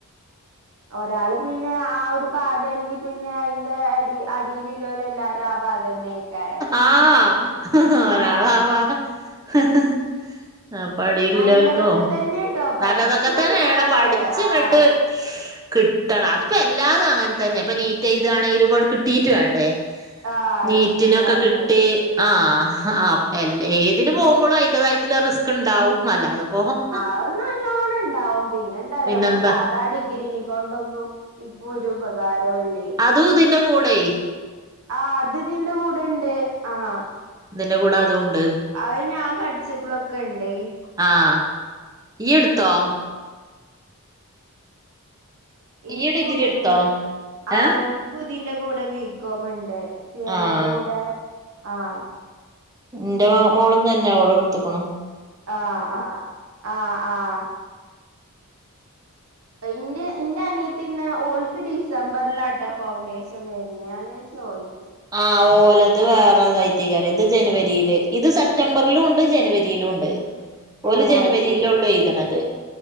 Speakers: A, on the right (about 70°); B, on the right (about 15°).
A: ഒരാള് പിന്നെ ആ ഒരു പാതയാണെങ്കി പിന്നെ അയിന്റെ അടി അടിയിലുള്ളോല് എല്ലാരും ആ പാത തന്നെയ്ക്കാരം
B: ആഹ് ഒരാളവ
A: ആഹ്
B: ഹ് ഹ് ആ പടിയില്ലൽക്കോ
A: നല്ലതൊക്കെ തന്നെട്ടോ പഠിച്ച്
B: നല്ലതൊക്കെ
A: കഴിഞ്ഞാല്
B: തന്നേണ് പഠിച്ച
A: ആഹ്
B: ഇങ്ങട്ട് കിട്ടണം അത്പ്പോല്ലാതുഅങ്ങൻ തന്നെ ഇപ്പ നീറ്റെയ്താണേലുപ്പ കിട്ടീറ്റ് വേണ്ടേ
A: ആഹ്
B: നീറ്റിനൊക്കെ
A: കിട്ടീട്ട് വാണ്ടേ
B: കിട്ടി ആഹ് ഹ ആഹ് എല്ലേ ഏതിനു പോവുമ്പളും അയിന്റതായിറ്റ്ള്ള റിസ്ക്ണ്ടാവും അല്ലാതപ് പോഹും അഹ്
A: അതന്നെ നല്ലോ ളിണ്ടാവും പിന്നെ എന്തറ്യോ
B: പിന്നെന്താ
A: മ്മൾ സാധാ ഡിഗ്രീനികൊണ്ടൊന്നു ഇപ്പൊരു പകാരോല്ലെയ്
B: അതൂതിന്റെ കൂടെയ്
A: ആഹ് അത് തിന്റെ കൂടെണ്ട് ആഹ്
B: തിന്റെ കൂടെ അതുണ്ട്
A: അഹ് ഞാൻ പഠിച്ചപ്പളോക്കെണ്ടയ്നി ക്കു
B: ആഹ് ഇയ്യ്ടുത്തോ
A: എനിക്കുംണ്ട്
B: ഇയ്യ് ഡിഗ്രി
A: ഇതിന്റെ
B: എടുത്തോ
A: ആഹ്
B: ഏഹ്
A: എനിക്കും ഇതിന്റെ കൂടെ വീക്കോമണ്ട് ത്ത്യിമ്മേന്റെ
B: ആഹ്
A: കൂടെ ആഹ്
B: ന്റെ വാമോളന്ന്ന്നെ ഓളടുത്തക്കണോ
A: ആഹ് ആഹ് ആഹ് ആഹ് പഇന്റെ ഇന്റെ അനിയത്തിന്ന് ഓൾക്ക് ഡിസംബർലാട്ടോ ഫൗണ്ടേഷൻ വര് ഞ്ഞേന്ന് ജോയ്
B: ആഹ് ഓല ഇത് വേറെ വൈറ്റയ്കാറരം ഇത് ജനുവരീല് ഇത് സെപ്റ്റംബർലുണ്ട് ജനുവരീലുണ്ട് ഓല്
A: ഏഹ്
B: ജനുവരീലൊള്ളൂയ്തണത്
A: അത് ശരി